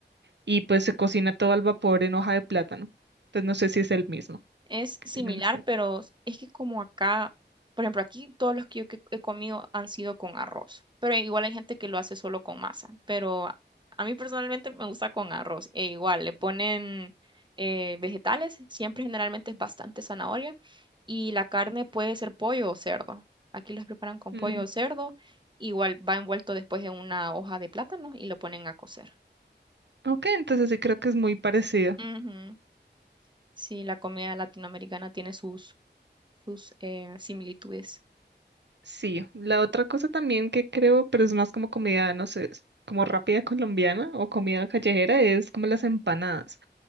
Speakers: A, on the right (about 70°); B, on the right (about 25°).
A: y pues se cocina todo al vapor en hoja de plátano. Entonces no sé si es el mismo
B: Es
A: que
B: similar,
A: tienen ustedes.
B: pero es que como acá, por ejemplo, aquí todos los que yo que he comido han sido con arroz, pero igual hay gente que lo hace solo con masa, pero a a mí personalmente me gusta con arroz, e igual le ponen eh, vegetales, siempre generalmente es bastante zanahoria, y la carne puede ser pollo o cerdo. Aquí las preparan con
A: Mm,
B: pollo o cerdo, igual va envuelto después en una hoja de plátano y lo ponen a cocer.
A: ok, entonces sí creo que es muy parecido.
B: Ujú. Sí, la comida latinoamericana tiene sus, sus eh, similitudes.
A: Sí, la otra cosa también que creo, pero es más como comida, no sé, es como rápida colombiana o comida callejera, es como las empanadas.